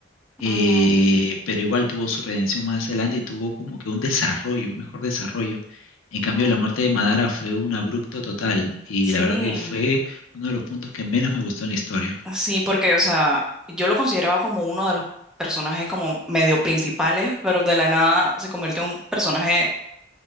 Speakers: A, on the left (about 80°); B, in the centre.
A: Eh,
B: mm,
A: pero igual tuvo su redención más adelante y tuvo como que un desarrollo, un mejor desarrollo. En
B: mm.
A: cambio, la muerte de Madara fue un abrupto total y
B: Sí,
A: la verdad que fue uno de los puntos que menos me gustó en la historia.
B: sí, porque, o sea, yo lo consideraba como uno de los personajes como medio principales, pero de la nada se convirtió en un personaje